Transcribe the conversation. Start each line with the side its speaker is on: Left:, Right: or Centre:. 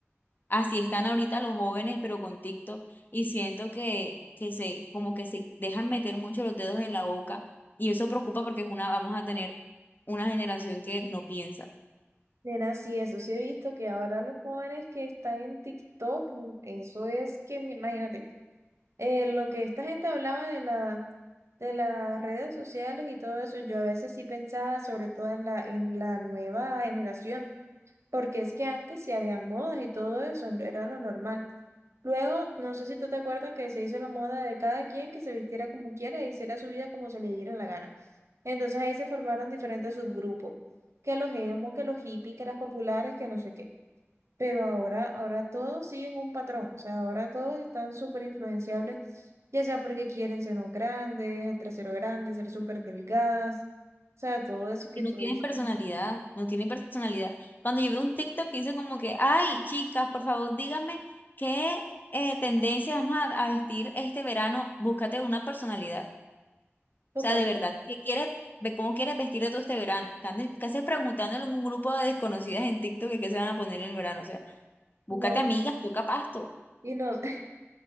Left: Así están ahorita los jóvenes, pero con TikTok, y siento que, que se, como que se dejan meter mucho los dedos en la boca, y eso preocupa porque es una, vamos a tener una generación que no piensa,
Right: nena, sí, eso sí he visto que ahora los jóvenes que están en TikTok, mm, eso es que, me- imagínate. eh, lo que esta gente hablaba de la, de las redes sociales y todo eso, yo a veces sí pensaba, sobre todo en la, en la nueva generación, porque es que antes sí había modas y todo eso, era lo normal. Luego, no sé si tú te acuerdas que se hizo la moda de cada quien que se vistiera como quiera e hiciera su vida como se le diera la gana. Entonces ahí se formaron diferentes subgrupos, que los emo, que los hippies, que las populares, que no sé qué. Pero ahora, ahora todos siguen un patrón, o sea, ahora todos están súper influenciables, ya sea porque quieren senos grandes, el trasero grande, ser súper delgadas, o sea, todo eso que
Left: que no
Right: tú
Left: tienen
Right: dices,
Left: personalidad, no tienen personalidad. Cuando yo veo un TikTok que dice como que, ay, chicas, por favor, díganme qué eh, tendencia vamos a, a vestir este verano, búscate una personalidad.
Right: total,
Left: sea, de verdad, ¿qué quieres, ve- cómo quieres vestirte todo este verano? ¿Qué andes- qué haces preguntándole a un grupo de desconocidas en TikTok que qué se van a poner en el verano? O sea, búscate
Right: no.
Left: amigas, toca pasto.
Right: Y no,